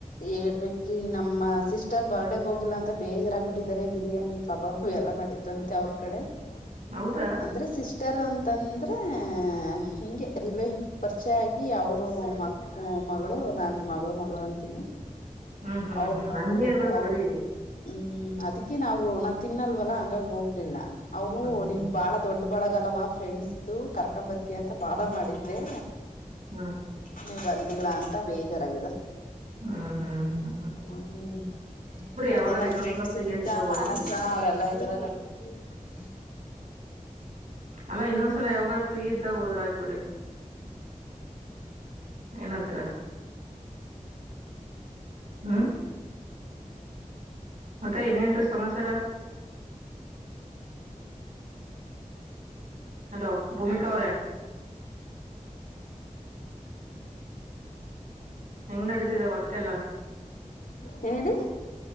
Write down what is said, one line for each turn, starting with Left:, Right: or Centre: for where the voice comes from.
Left: ಹೇಳ್ಬೇಕ್ರಿ ನಮ್ಮ ಇಷ್ಟರ್ ಬರ್ಡೇಗೆ ಹೋಗಿಲ್ಲಾ ಅಂತ ಬೇಜಾರಾಗ್ಬಿಟ್ಟಿದ್ದಾರೆ ಬಿರಿಯಾನಿ ಕಬಾಬು ಎಲ್ಲಾ ಮಾಡಿದ್ರಂತೆ ಅವ್ರ ಕಡೆ ಹ
Right: ಹೌದಾ
Left: ಅಂದ್ರೆ ಸಿಸ್ಟರ್ ಒಂತ ಅಂತಂದ್ರೆ ಹಿಗೆ ರಿಲೇ ಪರಿಚಯ ಆಗ ಅವರು ಮ ಮಗಳು ನಾನ್ ಮಗಳು ಮಗಳು ಅಂತನಿ
Right: ಹ್ಮ್ ಹ್ಮ್
Left: ಅವ್ರ
Right: ಹ್ಮ್
Left: ಮಾಡಲ್ಕಡೋದು
Right: ಹಂಗೆ ಇರ್ಬೇಕ್
Left: ಅವ್ರ
Right: ಬಿಡಿ
Left: ಹ್ಮ್ ಅದಕ್ಕಿನ್ ಅವ್ರು ನಾನ್ ತಿನ್ನಲ್ವಲ್ಲ ಹಂಗಾಗ ಹೋಗ್ಲಿಲ್ಲ ಅವರು
Right: ಹ್ಮ್ ಹ್ಮ್
Left: ನಿನ್ ಬಾಳ ದೊಡ್ಡ ಬಳಗಲ್ವಾ ಫ್ರೆಂಡ್ಸ್ ಕರ್ಕಂಬತ್ತಿ ಅಂತ ಬಾಳ ಮಾಡಿದ್ದೆ
Right: ಹ್ಮ್
Left: ನೀವು ಬಂದಿಲ್ಲ ಅಂತ ಬೇಜಾರ್ರ
Right: ಹ್ಮ ಹ್ಮ್ ಹ್ಮ
Left: ಹ ಹ್ಮ್
Right: ಯಾವಾಗಾರ
Left: ಅದೇ ನಮ
Right: ಇನ್ನೊಂದ್ಸಲ
Left: ಫ್ರೆಂಡ್ ಸುನೀತಾ
Right: ಫ್ರೀ ಆಗಿದ್ದಾಗ ಹೋಗಂತ್ರಿ
Left: ಮಾನಸ ಅವ್ರೆಲ್ಲಾ ಇದ್ದಾರಲ್ಲ ಹ್ಮ್
Right: ಅಲ್ಲ ಇನ್ನೊಂದ್ಸಲ ಯಾವಾಗಾರ ಫ್ರೀ ಇದ್ದಾಗ ಹೋದ್ರ ಆಯ್ಬೇಡಿ ಏನಂತರ ಹ ಮತ್ತೆ ಇನ್ನೇನ್ರೀ ಸಮಾಚಾರ ಹಲೋ ಭೂಮಿಕಾ ಅವ್ರ ಹೆಂಗ್ ನಡೀತಿದೆ ವರ್ಕ್ ಎಲ್ಲಾ
Left: ನೇಲ್ಲಿ